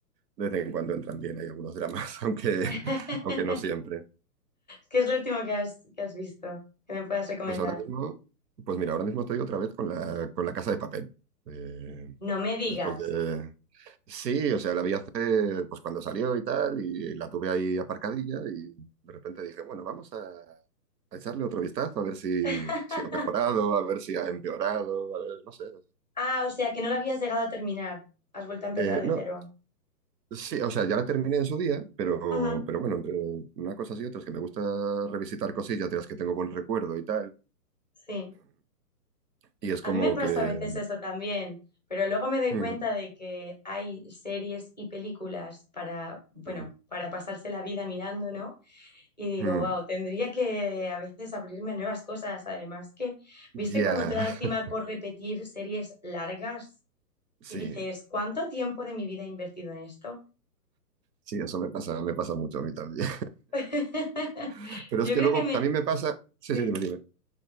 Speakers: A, on the right; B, on the left.
A: de vez en cuando entran bien, hay algunos dramas, <laughs> aunque,
B: <laughs>
A: aunque no siempre.
B: ¿Qué es lo último que has, que has visto que me puedas recomendar?
A: Pues ahora mismo, pues mira, ahora mismo estoy otra vez con la, con la Casa de Papel. Eh,
B: No me digas.
A: después de, Sí, o sea, la vi hace, pues cuando salió y tal, y la tuve ahí aparcadilla y de repente dije, bueno, vamos a, a echarle otro vistazo, a ver si,
B: <laughs>
A: si ha mejorado, a ver si ha empeorado, a ver, no sé. no sé.
B: Ah, o sea, que no lo habías llegado a terminar. Has vuelto a empezar
A: Eh,
B: de
A: no,
B: cero.
A: sí, o sea, ya la terminé en su día, pero,
B: Ujú,
A: pero bueno, entre una cosa y otra es que me gusta revisitar cosillas de las que tengo buen recuerdo y tal,
B: sí.
A: y es
B: A
A: como
B: mí me pasa
A: que...
B: a veces eso también, pero luego me doy
A: mm,
B: cuenta de que hay series y películas para, bueno,
A: mm,
B: para pasarse la vida mirando, ¿no? Y digo,
A: mm,
B: wow, tendría que a veces abrirme a nuevas cosas. Además que,
A: ya,
B: ¿viste cuando te da
A: <laughs>
B: encima por repetir series largas?
A: sí,
B: Y dices, ¿cuánto tiempo de mi vida he invertido en esto?
A: sí, eso me pasa, me pasa mucho a mí también.
B: <laughs>
A: <laughs> Pero
B: Yo
A: es que
B: creo
A: luego
B: que me...
A: también me pasa... Sí,
B: Sí,
A: sí, dime, dime.